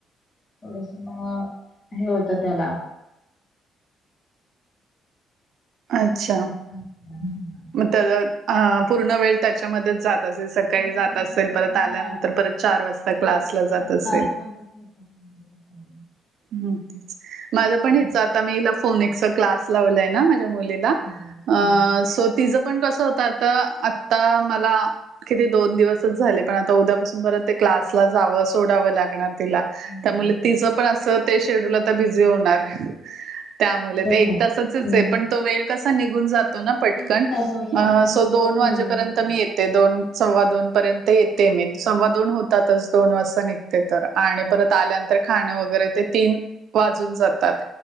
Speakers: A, on the left; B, on the right.
A: थोडस मग हे होतं त्याला.
B: अच्छा.
A: <unintelligible>
B: त्याचा हां. पूर्ण वेळ त्याच्यामध्येच जात- तसेेच सकाळी
A: त्याच्यामध्ये
B: जात असेल.
A: पुढे
B: परत आल्यानंतर
A: हा
B: परत चार वाजता
A: स्कूलमध्येच
B: क्लासला जात
A: आणि
B: असेल.
A: <unintelligible>
B: हं तेच. माझ पण
A: हम्म,
B: हीच आता मी हिला फोनिक्सचा क्लास लावलाय ना? माझ्या- मुलीला.
A: हम्म,
B: अ सो तिचं पण कसं होत आता? आत्ता मला- किती दोन दिवसच झाले. पण आता उद्यापासून परत ते क्लासला जावं, सोडावं लागणार. तिला.
A: हम्म.
B: त्यामुळे तिचं पण असं ते शेड्यूल आता बिझी होणार. त्यामुळे.
A: बरं
B: ते
A: झालं.
B: एक तासाचच
A: हम्म.
B: आहे. पण तो वेळ कसा निघून जातो- तो ना पटकन.
A: निघून जातो येण्या जाण्यामध्येच
B: सो दोन वाजेपर्यंत
A: निघून जातो.
B: मीे ये - ते दोन सव्वा दोन पर्यंत येते मी. सव्वा दोन होतातच. दोन वाजता निघ - ते तर आणि परत आल्यानंतर खाणं वगैरे ते तीन वाजून जातात.